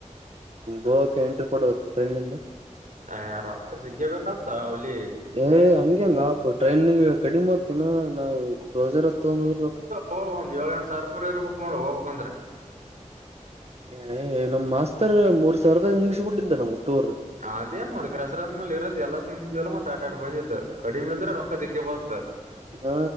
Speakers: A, on the right; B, on the right.
A: ಗೋವಾಕ್ಕೆ ಎಂಟ್ರಿ ಕೊಡುವದು ಟ್ರೈನ್ಂದು
B: ಆ ರೊಕ್ಕ ಸಿಗ್ಬೇಕಂತ ಅವಲ್ಲಿ
A: ಏ ಹಂಗಗ ಟ್ರೈನಿಗೆ ಕಡಿಮೆ ಆಗ್ತಿನ ರೋಜರ್ ತಂದು ಹೋದ್ರೆ
B: ಹೋ ಒಂದು ಏಳ್ ಎಂದು ಸರ್ಪರ್ ಇರ್ಬೇಕ ನೋ ಹೋಗಬೇಕಂದ್ರೆ
A: ಏ ನಮ್ ಮಾಸ್ತರ್ ಮೂರ್ ಸಾವಿರದಾಗ ಮುಗಿಸಬಿಟ್ಟಿದ್ದ ನಮ್ ಟೂರ್
B: ಅದೇನ್ ಮತ್ತತ್ ಕಸರದಂದ ಮೇ ಇರೋದ ಎಲ್ಲಾಸ್ಂದಿದವಲ್ಲ ಮತ್ತತ್ ಆಟ ಆಟ ಬಂದಿತ್ ಕಡಿಮೆ ಇದ್ರೆ ರೊಕ್ಕದಕ್ಕೆ ಬರ್ತ್ತತ್
A: ಹ್ಮ